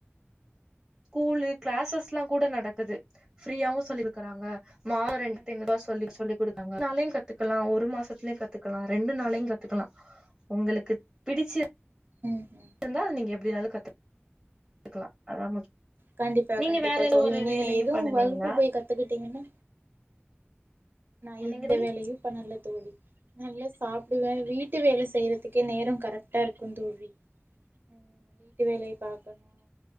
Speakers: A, in the centre; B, on the right.
A: ஸ்கூலு க்ளஸஸ்ல்லா கூட நடக்குது ஃப்ரீயாவு சொல்லிருக்குறாங்க மாதோ ரெண்டு டைம் தா சொல்லி சொல்லி குடுகாங்க ஒரு நாலையு கத்துக்கலா ஒரு மாசத்துலயு கத்துக்கலா ரெண்டு நாளையு கத்துக்கலா உங்களுக்கு பிடிச்ச
B: ம் ம்
A: ருந்தா நீங்க எப்டினாலு கத்து க்லா அதா முக்
B: கண்டிப்பா
A: நீங்க
B: கண்டிப்பா
A: வேற எந்த
B: தோழி
A: ஒரு
B: நீங்க
A: வேலையு
B: எதுவு
A: பண்ணலீங்களா
B: வகுப்பு போய் கத்துக்கிட்டீங்கன்னா நா
A: என்னங்க
B: எந்த
A: தோழி
B: வேலயு பண்ணல தோழி நல்லா சாப்டுவ வீட் ட்டு வேல செய்றதுக்கே நேரம் கரெட்டா இருக்கு தோழி ம் வீட்டு வேலய பாக்ககணு